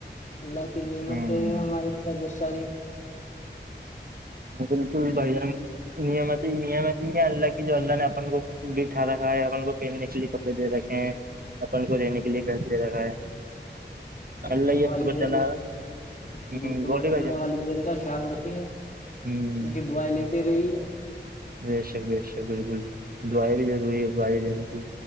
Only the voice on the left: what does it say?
اللہ کی نعمتیں
ہیں ہمارے بہت ساری
رکھنے
والدین
جی بالکل
رکھنے
والدین کا خیال رکھیے
ان کی دعائ لیتے رہیے